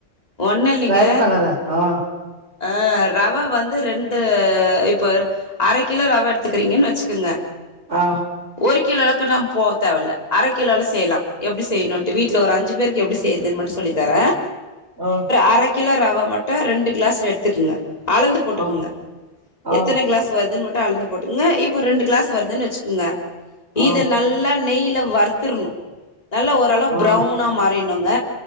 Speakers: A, on the left (about 35°); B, on the right (about 70°).
A: ஒன்னுல்லிங்க
B: ட்ரை பண்ணல ஆ
A: ஆ ரவ வந்து ரெண்டு இப்போ அரை கிலோ ரவ எடுத்துக்றீங்கனு வெச்சுக்கங்க
B: ஆ
A: ஒரு கிலோ அளவுக்கு நாம போ தேவல அர கிலோலே செய்லா எப்டி செய்ணுன்ட்டு வீட்ல ஒரு அஞ்சு பேருக்கு எப்டி செ ய்றிதுனு மட்டு சொல்லித்தர
B: ஆ
A: அரை கிலோ ரவ மட்டு ரெண்டு கிளாஸ்ல எடுத்துக்ங்க அளந்து போட்டுக்ங்க
B: ஆ ஆ
A: எத்தன கிளாஸ் வருதுன்னு மட்டு அளந்து போட்டுங்க இப்ப ரெண்டு கிளாஸ் வருதுன் வெச் சுகுங்க இத
B: ஆ
A: நல்லா நெய்யில வறுத்துர்னூ நல்லா வறு நல்ல
B: ஆ
A: பவுனா மாறினுங்க